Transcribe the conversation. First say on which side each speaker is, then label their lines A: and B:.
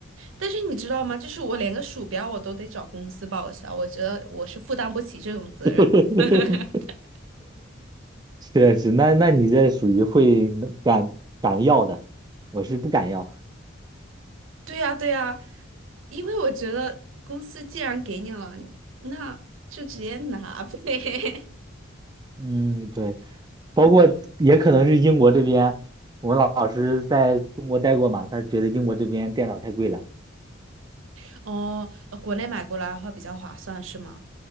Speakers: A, on the right; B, on the right.
A: 但是你知道吗？就是我连个鼠标我都得找公司报销，我觉得我是负担不起这种责任。
B: <laughs>
A: <laughs>
B: 确实，那那你这属于会敢敢要的，我是不敢要。
A: 对呀，对呀，因为我觉得公司既然给你了，那就直接拿呗。
B: 嗯，对，包括也可能是英国这边，我们老师在中国待过嘛，他觉得英国这边电脑太贵了，
A: <laughs> 哦，呃国内买过来的话比较划算，是吗？